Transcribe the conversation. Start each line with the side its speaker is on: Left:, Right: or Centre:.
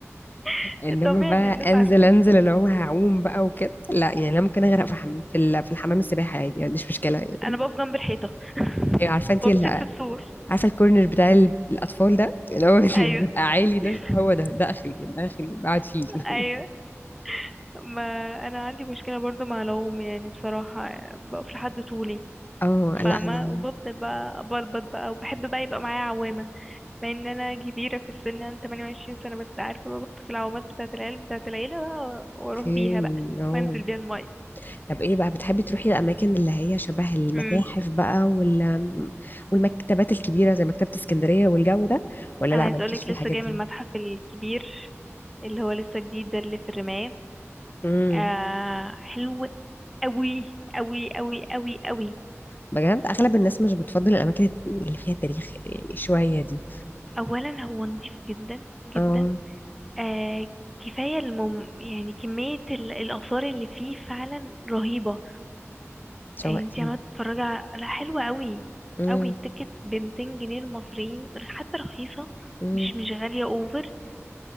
Centre: <laughs>
Left: انما
Centre: الطبيعي
Left: بقى
Centre: اللي الناس
Left: انزل
Centre: عارفاه
Left: انزل اللي هو هعوم بقى وكده لا يعني انا ممكن اغرق في حم... في, ال... في الحمام السباحه عادي ما عنديش مشكله يعني.
Centre: انا بقف جنب الحيطة <laughs>
Left: ايوه عارفه انت
Centre: وامسك
Left: ال...
Centre: في السور
Left: عارفه الكورنر بتاع ال... الاطفال ده اللي هو <laughs>
Centre: ايوه
Left: إن بيبقى عالي ده
Centre: <laughs>
Left: هو ده ده اخري ده اخري بقعد فيه <laughs>
Centre: ايوه ما انا عندي مشكله برضو مع العوم يعني بصراحه بقف لحد طولي
Left: اه لا
Centre: فاهمة
Left: انا
Centre: وبفضل بقى أبلبط بقى وبحب بقى يبقى معايا عوامة مع ان انا كبيرة في السن انا 28 سنة بس عارفة بقى بخطف العوامات بتاعة العيال بتاعة العيلة بقى واروح
Left: اوكي
Centre: بيها بقى
Left: اه
Centre: وانزل بيها المية
Left: طب ايه بقى بتحبي تروحي الاماكن اللي هي شبه المتاحف
Centre: امم
Left: بقى وال... والمكتبات الكبيره زي مكتبه اسكندريه والجو ده ولا
Centre: انا
Left: لا
Centre: عايزة
Left: مالكيش
Centre: اقولك
Left: في
Centre: لسه
Left: الحاجات
Centre: جاي
Left: دي
Centre: من المتحف الكبير اللي هو لسه جديد ده اللي في الرماية
Left: امم
Centre: آه حلو قوي قوي قوي قوي قوي
Left: بجد اغلب الناس مش بتفضل الاماكن اللي فيها تاريخ شويه دي
Centre: اولا هو نضيف جدا جدا
Left: اه
Centre: آه كفاية المم... يعني كمية ال- الآثار اللي فيه فعلا رهيبة
Left: شوقتيني
Centre: يعني انت عمالة تتفرجي على لا حلوة قوي
Left: امم
Centre: قوي التيكت بمتين جنيه المصريين حتى رخيصة
Left: امم
Centre: مش مش غالية اوفر